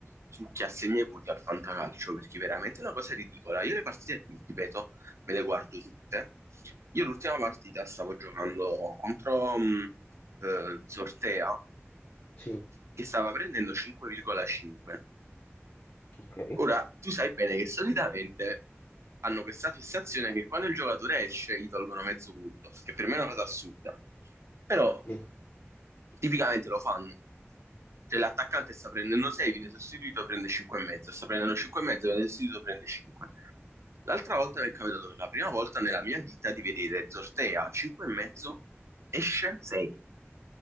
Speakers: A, on the right; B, on the left.
A: su chi assegna i voti al fantacalcio, perché veramente è una cosa ridicola. Io le partite, ripeto, me le guardo tutte. Io l'ultima partita stavo giocando contro mh, eh, Zortea,
B: Sì,
A: che stava prendendo 5,5
B: ok.
A: Ora, tu sai bene che solitamente hanno questa fissazione che quando il giocatore esce gli tolgono mezzo punto, che per me è una cosa assurda. Però
B: Sì.
A: tipicamente lo fanno. Se l'attaccante sta prendendo 6, viene sostituito, prende 5,5. Sta prendendo 5,5, viene sostituito, prende 5. L'altra volta mi è capitato per la prima volta nella mia vita di vedere Zortea 5,5, esce 6